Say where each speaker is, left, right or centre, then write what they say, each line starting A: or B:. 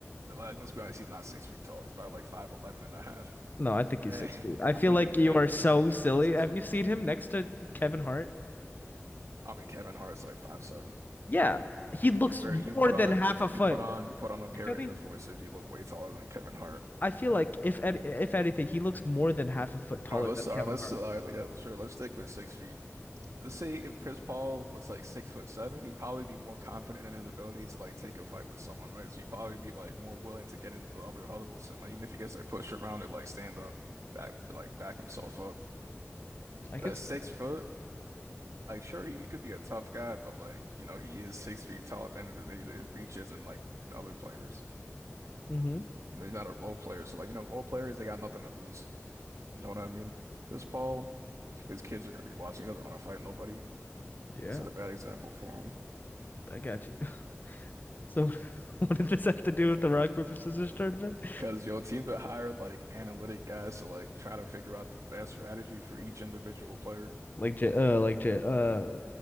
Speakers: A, on the right (about 80°); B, on the left (about 40°).
A: Like, let's be honest, he's not six feet tall. He's probably like five eleven and a half.
B: No, I think
A: The
B: he's
A: man,
B: six
A: <laughs>
B: feet. I
A: I
B: feel
A: don't
B: like
A: think the
B: you
A: man
B: are
A: is,
B: so
A: I don't
B: silly.
A: think he's six
B: Have
A: feet
B: you seen
A: tall.
B: him next to Kevin Hart?
A: I mean, Kevin Hart's like five seven.
B: Yeah, he looks
A: You wear, you
B: more
A: put
B: than
A: on a,
B: half
A: you,
B: a foot.
A: you put on, you put on a pair
B: If any,
A: of Air Forces, you look way taller than Kevin Hart.
B: I feel like if an- if anything, he looks more than half a foot taller
A: All right, let's,
B: than
A: all
B: Kevin
A: right, let's,
B: Hart.
A: all right, yeah, sure, let's stick with six feet. Let's say if Chris Paul was like six foot seven, he'd probably be more confident in his ability to like take a fight with someone, right? So he'd probably be like more willing to get into the other huddles and like even if he gets like pushed around and like stand up, back, like back himself up.
B: I
A: But
B: can
A: at
B: see
A: six
B: that.
A: foot, Like, sure, he could be a tough guy, but like, you know, he is six feet tall at the end of the day. His reach isn't like the other players.
B: Mm-hmm.
A: You know, he's not a role player. So like, you know, role players, they got nothing to lose. You know what I mean? Chris Paul, his kids are gonna be watching. He doesn't want to fight nobody.
B: Yeah,
A: Set a bad example for him.
B: I got you. <laughs> So, <laughs> what did this have to do with the rock paper scissors tournament?
A: Because your team would hire like analytic guys to like try to figure out the best strategy for each individual player.
B: Like J, uh, like J, uh,